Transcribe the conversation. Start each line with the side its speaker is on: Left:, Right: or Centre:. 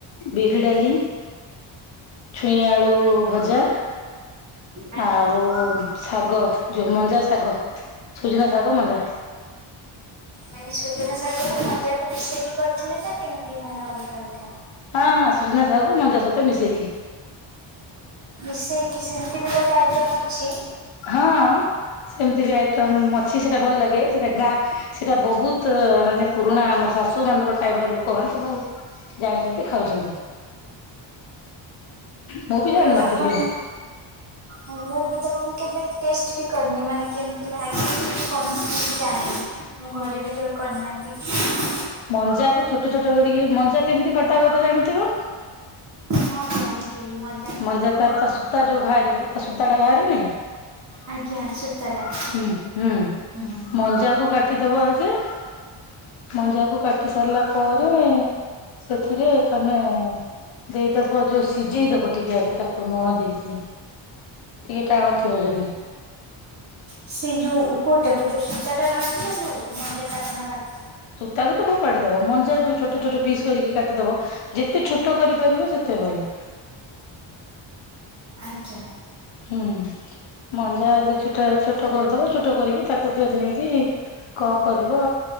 Left: ବିରି ଡାଲି। ଛୁଇଁ ଆଳୁ ଭଜା
Right: ଆଜ୍ଞା
Left: ଆଉ। ଶାଗ ଯୋଉ ମଞ୍ଜା ଶାଗ ସୁଜୁନା ଶାଗ ମଞ୍ଜା।
Right: ମାନେ ସୁଜନ ଶାଗକୁ ମଜାକୁ ମିଶେଇକି କରିଥିଲେ ନା କେମିତି ମାନେ ଅଲଗା ଅଲଗା।
Left: ହଁ ହଁ ସୁଜନା ସାଗକୁ ମଞ୍ଜା ସହିତ ମିଶେଇକି।
Right: ମିଶେଇକି ସେମିତି ବି ଗୋଟେ ଆଇଟମ ଅଛି।
Left: ହଁ ସେମିତି ବି ଆଇଟମ ଅଛି ସେଇଟା ଭଲ ଲାଗେ ସେଟା ଗାଁ। ସେଇଟା ବହୁତ ମାନେ ପୁରୁଣା ଆମର ଶାଶୁ ମାନଙ୍କ ଟାଇମ ଲୋକ ମାନେ ସବୁ। ଜାଣିଛନ୍ତି ଖାଉଛନ୍ତି। ମୁଁ ବି ଜାଣିନଥିଲି
Right: ଉ ଆପଣ। ହଉ ମୁଁ ବି ତ କେବେ ଟେଷ୍ଟ ବି କରିନି ମାନେ କେମିତି ଲାଗେ କେମତି କହନି। ଜାଣିନି ମୁଁ ଘରେ ବି କେବେ କରିନାହାନ୍ତି।
Left: ମଞ୍ଜ କୁ ଛୋଟ ଛୋଟ କରିକି ମଞ୍ଜା କେମିତି କଟା ହୁଏ ତ ଜାଣିଥିବ।
Right: ହଁ ଜଣିଛି ମଞ୍ଜା।
Left: ମଞ୍ଜା ତାର ତା ସୂତା ଯୋଉ ବାହାରିବ ତା ସୂତା ଟା ବାହାରେନି।
Right: ଆଜ୍ଞା ସୂତାଟା
Left: ହଁ ହୁଁ
Right: ହୁଁ।
Left: ମଞ୍ଜାକୁ କାଟିଦବ ଆଗେ। ମଞ୍ଜା କୁ କାଟି ସାରିଲା ପରେ। ସେଥିରେ ତମେ ଦେଇଦବ ଯୋଉ ସିଝେଇଦବ। ଟିକେ ଆଗେ ତାକୁ ଲୁଣ ଦେଇକି ଟିକେ ଟାଣ ଥିବ ଯଦି।
Right: ସେଇ ଯୋଉ କଉଟାକୁ ଯୋଉ ସୂତା ଟା ବାହାରି ଥିଲା ଯୋଉ ମଞ୍ଜା ଟା ଆପଣ କାଟିଲେ।
Left: ତାକୁ ତ ଫୋପାଡିଦବ ମଞ୍ଜା ଯୋଉ ଛୋଟ ଛୋଟ ପିସ୍ କରିକି କାଟିଦବ ଯେତେ ଛଟ। ପାରିବ ସେତେ ଭଲ।
Right: ଆଜ୍ଞା।
Left: ହୁଁ। ମଞ୍ଜା ସେ ଛୋଟା ଛୋଟ କରିଦବଛୋଟ ଟ କରିକି ତାକୁ ଫେର ନେଇକି କଣ କରିବ?